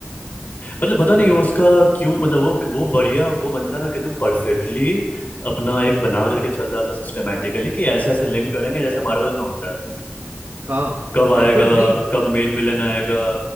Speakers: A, on the left; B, on the right.
A: मतलब पता
B: भाई
A: नहीं वो उसका क्यों मतलब वो वो बढ़िया वो बंदा ना एकदम परफेक्टली अपना एक बना करके चल रहा था सिस्टमेटिकली कि ऐसे ऐसे लिंक करेंगे जैसे मार्वल में होता है
B: हाँ
A: कब आएगा
B: बिल्कुल भाई
A: कब मेन विलन आएगा